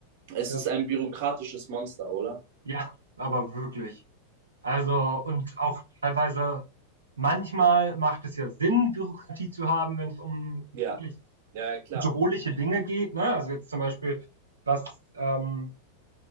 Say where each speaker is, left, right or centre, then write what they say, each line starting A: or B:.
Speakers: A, on the right (about 45°); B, on the right (about 75°).
A: Es
B: Das,
A: ist ein bürokratisches Monster, oder?
B: ja, aber wirklich. Also, und auch teilweise, manchmal macht es ja Sinn, Bürokratie zu haben, wenn es um
A: Ja,
B: wirklich
A: ja, ja, klar.
B: bedrohliche Dinge geht, ne? Also jetzt zum Beispiel, was, ähm,